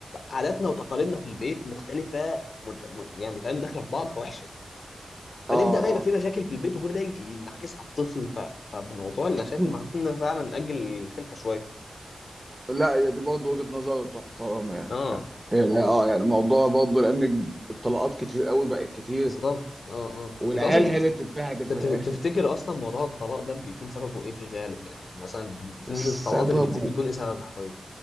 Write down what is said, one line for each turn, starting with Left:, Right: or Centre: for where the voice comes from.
Left: عاداتنا وتقاليدنا في البيت مختلفه مت- م- يعني فاهم داخله في بعض فوحشه
Right: اه
Left: فنبدا بقى
Right: اه
Left: يبقى في مشاكل في البيت وكل ده يجي- ينعكس على الطفل ف... فالموضوع اللي انا شايف
Right: اه
Left: ان محتاجين فعلا ناجل الخلفه شويه
Right: لا هي دي برضه وجهة نظر تحترم يعني
Left: اه
Right: لا يعني اه يعني الموضوع برضه لان الطلقات كتير قوي بقت كتير
Left: بالظبط اه اه
Right: والعيال
Left: انت اصلا تفت...
Right: هي اللي بتتبهدل
Left: تت-
Right: في الاخر
Left: تفتكر اصلا موضوع الطلاق ده بيكون سببه ايه في الغالب يعني مثلا نسبه
Right: السبب
Left: الطلاقات اللي بتزيد بيكون ايه سببها طيب